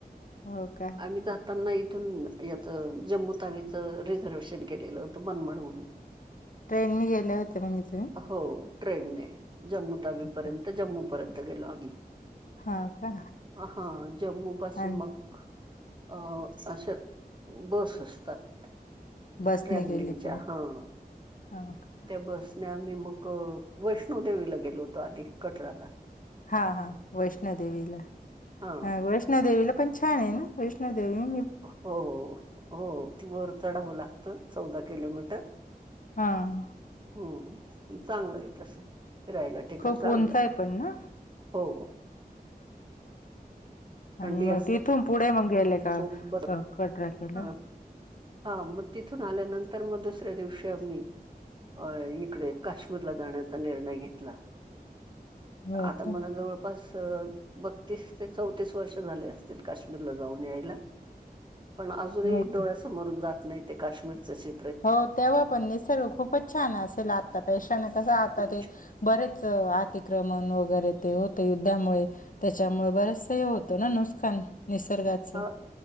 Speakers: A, on the left; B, on the right.
A: हो का
B: आम्हीं जातं जां त्यांनां इथूंन यांचं जम्मूं तावीचं रिझर्वेशन केलेलं होतं मनमांळ वरूंन
A: ट्रेननी गेल्यां होतं म्हणजे तुम्हीं
B: हो ट्रेनने जम्मूं तावीपर्यंत
A: का
B: जम्मूं पर्यंत गेलो आम्हीं
A: हा का
B: अंहां जम्मूं पासूंन
A: आणि
B: मंग अं अशे बसं असतांत
A: बसने
B: ट्रॅव्हलिंगच्यां
A: गेले पुढे
B: हां
A: हो का
B: त्यां बसं नाहीं आम्हीं मंग वैष्णोदेवीला गेलो होतो आधी कटरांला
A: हां हां वैष्णो देेवीला
B: हा.
A: हं वैष् वैष्णदेवीला पणं छान आहे नां वैष्णदेवी
B: हो हो ती वरं चढावं लागतं चौदा किलोमीटर
A: हां
B: हम्मं चांगलं आहे तसं फिरायंला ठिकाणं
A: खूप
B: चांगलं
A: उंच
B: आहे
A: पण ना
B: हो थंडी
A: आणि मंग
B: असते
A: तिथूंन पुढे मंग गेले कां
B: खूप बरं
A: कटरांकेला
B: हां. हां मंग तिथूंन आल्यानंतर मंग दुसऱ्यां दिवशी आम्हीं अं ईकडे काश्मीरला जाण्यांचा निर्णय घेतंला
A: हो
B: तरं आंता
A: का
B: मलां जवळं पस बत्तीस ते चौतीस वर्ष झाले असतील काश्मीरला जाऊंन यांयला पणं अजूंनही
A: हो
B: डोळ्यांसमोरूंन
A: का
B: जांत नाहीं ते काश्मीरचं शीन
A: हो तेंव्हा पणं निसर्ग खूपचं छान असेल आंता पेक्षा कसं आंता
B: खूप
A: ते बरेचं अतिक्रमणं वगैरें ते होते युद्धामुळे त्यांच्यामुळे बरंच कांहीं हे होतं नां नुकसांन निसर्गाचं
B: अं